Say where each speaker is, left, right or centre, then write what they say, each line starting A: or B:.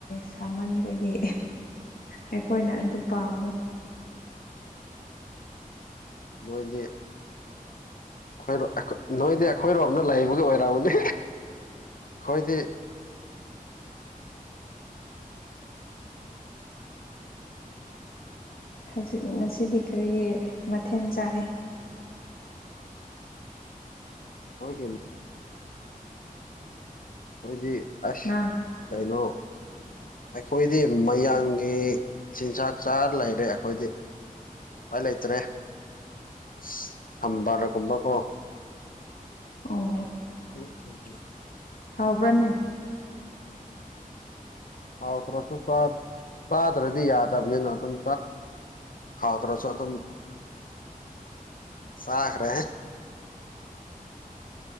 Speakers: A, on the left; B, on the left.
A: ꯁꯥꯃꯟꯕꯒꯤ ꯑꯩꯈꯣꯏꯅ ꯑꯗꯨ ꯄꯥꯝꯃ‌ꯦ
B: ꯅꯣꯏꯗꯤ ꯈ‌ꯣꯏꯔ‌ꯣ ꯑꯩꯈꯣꯏ ꯅꯣꯏꯗꯤ ꯑꯩꯈꯣꯏꯔꯣꯝꯗ ꯂꯩꯕꯒꯤ ꯑꯣꯏꯔꯝꯅꯤ ꯈꯣꯏꯗꯤ
A: ꯍꯧꯖꯤꯛ ꯉꯁꯤꯗꯤ ꯀꯔꯤꯒꯤ ꯃꯊꯦꯟ ꯆꯥꯏ
B: ꯑꯈꫭꯏꯒꯤꯃꯤ ꯑꯩꯈꯣꯏꯗꯤ ꯑꯁ
A: ꯉꯥ
B: ꯀꯩꯅꯣ ꯑꯩꯈꯣꯏꯗꯤ ꯃꯌꯥꯡꯒꯤ ꯆꯤꯟꯖꯥꯛ ꯆꯥꯔ ꯂꯩꯔꯦ ꯑꯩꯈꯣꯏꯗꯤ ꯥꯏ ꯂꯩꯇ꯭ꯔꯦ ꯁꯝꯕꯔꯒꯨꯝꯕ ꯀꯣ
A: ꯑꯣ
B: ꯑꯩ ꯍꯨꯝ ꯍꯨꯝ
A: ꯍꯥꯎꯕ꯭ꯔꯅꯦ
B: ꯍꯥꯎꯗ꯭ꯔꯁꯨ ꯆꯥꯗ꯭ꯔꯗꯤ ꯌꯥꯗꯕꯅꯤꯅ ꯑꯗꯨꯝ ꯍꯥꯎꯇ꯭ꯔꯁꯨ ꯑꯗꯨꯝ ꯆꯥꯈ꯭ꯔꯦ